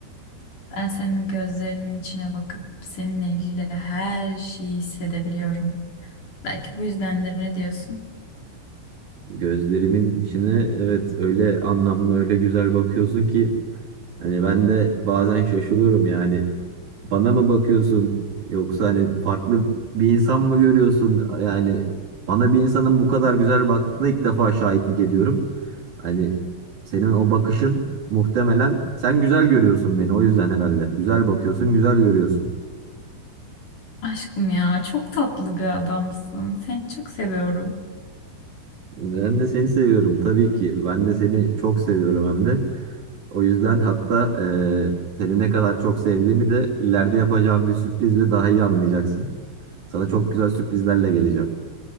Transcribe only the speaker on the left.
Ben senin gözlerinin içine bakıp seninle ilgili her şeyi hissedebiliyorum. Belki bu yüzdendir ne diyorsun?
Aşkım ya çok tatlı bir adamsın. Seni çok seviyorum.